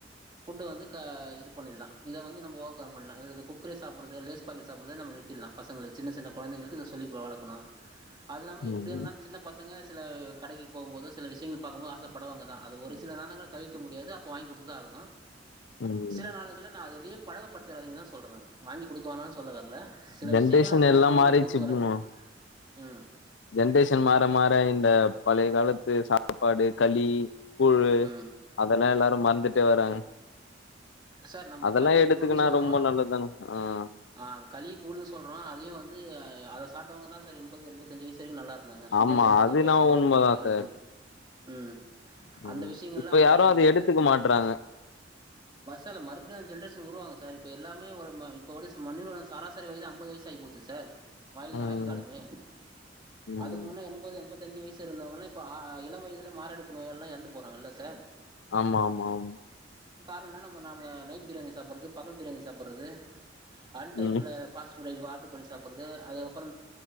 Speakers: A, on the right (about 25°); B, on the left (about 70°).
A: ஃபுட்டு வந்து க இது பண்ணிர்லா இத வந்து நம்ப ஒக் ப்புடலா இதுல குக்குரே சாப்புட்றது லேஸ் பாக்கெட் சாப்புட்றது எல்லாமே நிறுத்திர்லா பசங்கள சின்ன சின்ன கொழந்தைளுக்கு இத சொல்லி வளக்கணு அதுல்லாம எப்பிடி
B: ம்
A: இருந்தாலு சின்னப் பசங்க சில கடைக்கி போகும் போது சில விஷயங்கள் பாக்கும்போது ஆசப்படுவாங்க தா அது ஒரு சில நாடங்கள் தவிக்க முடியாது அப்போ வாங்கி குடுத்துதா ஆகணு
B: ம்
A: சில நாளுகள்ல நா அதையே பழக்கப்படுத்துறாதீங்க தா சொல்றே நானு வாங்கி குடுக்கவேணானு சொல்ல வரல சில
B: ஜென்ரேஷன்
A: விஷயங்கள்லா சில
B: எல்லா
A: கொழந்தைங்களுக்
B: மாறிச்சு
A: ஒத்து வராது
B: ப்ரோ
A: ம்
B: ஜென்ரேஷன் மாற மாற இந்த பழைய காலத்து சாப்பாடு களி கூழு
A: ம்
B: அதெல்லாம் எல்லாரும் மறந்துட்டே வராங்க
A: சார் நம்ப
B: அதெல்லா
A: களி
B: எடுத்துக்குனா
A: கூழு சொல்றோ
B: ரொம்ப நல்லதுதான ஆ
A: ஆ களி கூழு சொல்றோ அதயு வந் து அத சாட்டவங்கதா சார் எண்பது எண்பத்தஞ்சு வயசு வரிக்கு நல்லா இருந்தாங்க சுகர்ன்றத
B: ஆமா அது என்னவோ
A: பேசுமா
B: உண்மதான்
A: பி பி இல்லாத
B: சார்.
A: பது ம்
B: ம்.
A: அந்த விஷயங்கள்ல
B: இப்ப
A: அவங்க
B: யாரும்
A: நல்லாருந்தாங்க
B: அத எடுத்துக்க மாட்றாங்க.
A: ல்ல மறுபடியு அந்த ஜென்ரேஷன் உருவாகு சார் இப்ப எல்லாமே ஒரு ம இப்போ ஒரு மனிதனுடைய சராசரி வயது அம்பது வயசு ஆயிப் போச்சு சார் ஆயிள்
B: ம்.
A: ஆயுள் காலமே
B: ம்.
A: அதுக்கு முன்ன எண்பது எண்பத் தஞ்சு வயசு இருந்தவங்கல்லா இப்ப ஆ இளம் வயதுலயே மாரடைப்பு நோயாலலா எறந்து போறாங்கல்ல சார்
B: ஆமா ஆமா ஆம்
A: ஏன்னா நம்ம நாம நைட் பிரியாணி சாப்பட்றது பகல் பிரியாணி சாப்பட்றது அன் டைம்ல
B: ம்.
A: ஃபாஸ்ட் ஃபுட்ட ஆடர் பண்ணி சாப்பட்றது அதுக்கப்புற